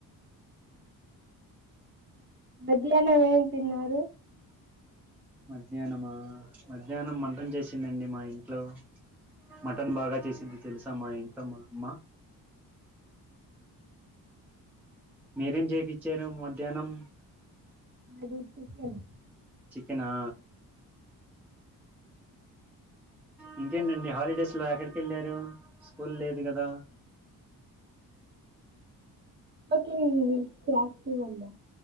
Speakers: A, on the right; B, in the centre.
A: మధ్యానం ఏం తిన్నారు
B: మధ్యాహ్నమా మధ్యానం మటన్ చేసిండండి మా ఇంట్లో మటన్ బాగా చేసిద్ది తెలుసా మా ఇంట్లో మా అమ్మా మీరేం చేపించారు మధ్యానం
A: మాది చికెన్
B: చికెనా ఇంకేంటండి హాలిడేస్ లో ఎక్కడికి వెళ్ళారు స్కూల్ లేదు కదా
A: కోచింగ్ ది క్లాస్ కి వెళ్ళ